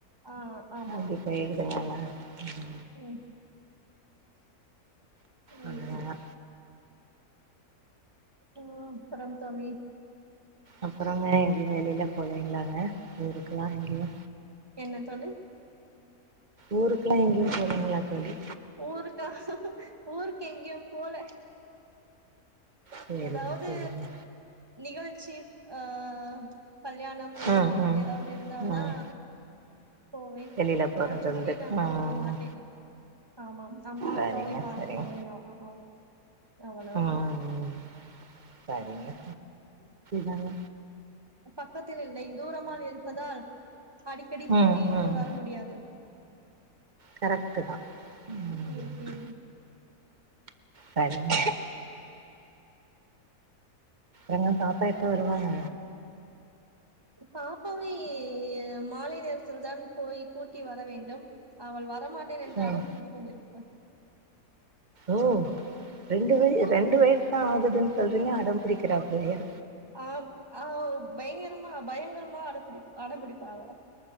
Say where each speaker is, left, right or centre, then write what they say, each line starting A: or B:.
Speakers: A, on the right; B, on the right.
A: ஆ ஆமா
B: அப்டி
A: ஆமா
B: போயிடுது வேல உம்ம்
A: ம் ம்
B: அவ்ளோதா
A: ஆ அப்பறம் கவி
B: அப்பறங்க எங்கையு வெளியில போலங்களாங்க ஊருக்கெல்லா எங்கையு
A: என்ன தோழி
B: ஊருக்குல்லா எங்கையு போலீங்களா தோழி
A: ஊருக்கா ஊருக்கு எங்கையு போல
B: சேரிங்க
A: ஏதாவது
B: சேரிங்க
A: நிகழ்ச் சி அ கல்யாணம் எதனாவது
B: ம் ம்
A: ஏதாவது இருந்தால்தா
B: ம்
A: போவே
B: வெளியில போறது
A: மற்றபடி
B: உண்டு
A: நான்
B: ம்
A: போக மாட்டே ஆமாம் அம்மா
B: சரிங்க
A: அப்பாவை பார்க்க
B: சரிங்க
A: போவே நா ஆ ஆ அவ் அவ்வளவுதான்
B: ம் சரிங்க தாங்க
A: பக்கத்தில் இல்லை தூரமா இருப்பதால் அடிக்கடி
B: ம்
A: போயிட்டு
B: ம்
A: வர முடியாது
B: கரெக்ட்டு தா ம்
A: ம் ம்
B: சரிங்க உங்க பாப்பா எப்ப வருவாங்க
A: பாப்பாவை மாலை நேரத்தில் தான் போய் கூட்டி வர வேண்டும் அவள் வ வர மாட்டேன் என்று
B: ம்
A: அடம் பிடித்து கொண்டிரு ப
B: ஓ ரெண்டு வய ரெண்டு வயசு தா ஆகுதுன்னு சொல்றீங்க அட பிடிக்கிறா இப்பயே
A: ஆம் ஆ ஒபயங்கரமா பயங்கரமா அடம்பிடி அடம்பிடிப்பா அவ